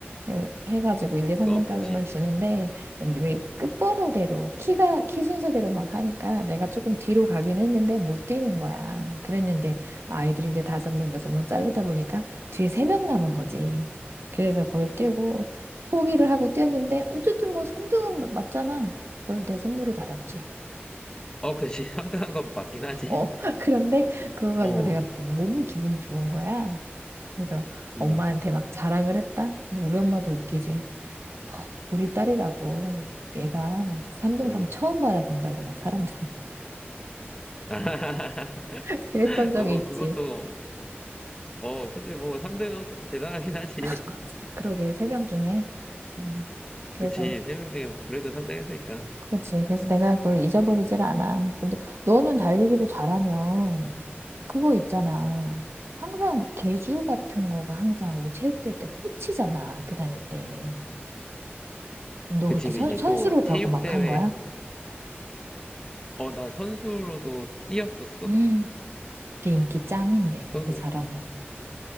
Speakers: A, on the right; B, on the left.
A: 그 해가지고 1, 2, 3등까지만
B: 어, 그치.
A: 주는데 왜 끝번호대로 키가 키 순서대로 막 하니까 내가 조금 뒤로 가긴 했는데 못 뛰는 거야. 그랬는데 아이들이 이제 다섯 명, 여섯 명 자르다 보니까 뒤에 세 명 남은 거지. 그래서 그걸 뛰고 포기를 하고 뛰었는데 어쨌든 뭐 3등은 맞잖아. 그걸 내 선물을 받았지.
B: 어, 그치. <laughs> 3등 한 건 맞긴 하지?
A: 어, <laughs> 그런데 그거 가지고
B: 어,
A: 내가 너무 기분이 좋은 거야. 그래서 엄마한테
B: 음,
A: 막 자랑을 했다? 근데 우리 엄마도 웃기지. 우리 딸이라고 얘가 3등
B: 음.
A: 삼 처음 받아본다고 막 사람들
B: <laughs>
A: <laughs> 그랬던 적이
B: 어,
A: 있지.
B: 그것도, 어, 근데 뭐 3등 한 것도 대단하긴 하지.
A: <laughs>
B: <laughs>
A: 그러게 세 명 중에. 음, 그래서
B: 그치, 3명 중에 뭐 그래도 3등 했으니까.
A: 그치. 그래서 내가 그걸 잊어버리질 않아. 근데 너는 달리기를 잘하면 그거 있잖아. 항상 계주 같은 거가 항상 우리 체육대회 때 꽂히잖아. 학교 다닐 때. 너
B: 그치,
A: 그때 선,
B: 그 이제
A: 선수로
B: 또
A: 가고
B: 체육대회,
A: 막 한 거야?
B: 어, 나 선수로도 뛰었었어.
A: 음. 그때 인기 짱인데
B: 선수,
A: 그때 잘하면.